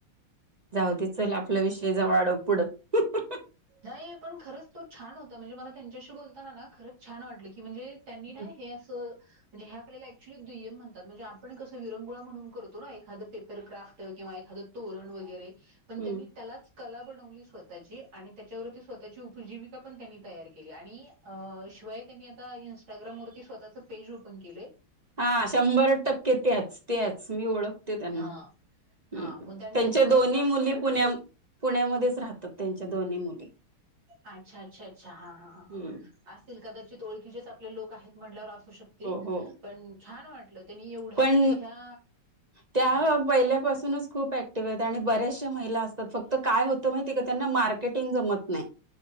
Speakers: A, on the right; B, on the right.
A: जाऊ दे चल आपला विषय जवळ अडव पुढं हम्म,
B: नाही पण खरंच तो छान होता. म्हणजे मला त्यांच्याशी बोलताना ना. खरंच छान वाटलं की म्हणजे त्यांनी ना
A: हम्म,
B: हे असं. म्हणज ह्या आपल्याला ऍक्च्युली दुय्यम म्हणतात. म्हणजे आपण कसं विरंगुळा म्हणून करतो ना, एखादा पेपरक्राफ्ट किंवा तोरण वगैरे पण
A: हम्म.
B: त्यांनी त्यालाच कला बनवली स्वतःची. आणि त्याच्यावरती स्वतःची उपजीविका पण त्यांनी तयार केली. आणि शिवाय त्यांनी आता इन्स्टाग्राम मू स्वतःजचं पन के
A: हा शंभर टक्के त्याच त्याच मी ओळखते त्यांना.
B: हा हा
A: ह्
B: मग त्यांनी
A: त्यांच्या
B: मग
A: दोन्ही
B: मला भारी
A: मुली
B: वाटलं
A: पुण्या
B: ते
A: पुण्यामध्येच राहतात. त-त्यांच्या दोन्ही मुली
B: अच्छा अच्छा अच्छा हा हा ह
A: हम्म,
B: हा असतील कदाचित ओळखीचेच आपले लोक आहेत म्हणल्यावर शक्ये
A: हो हो
B: पण छान वाटलं त्यांनी एवढ्या
A: पण
B: म्हणजे ह्या
A: त्या पहिल्यापासूनच खूप आणि बऱ्याचशा महिला असतात फक्त काय होत माहिती का त्यांना मार्केटिंग जमत नाही.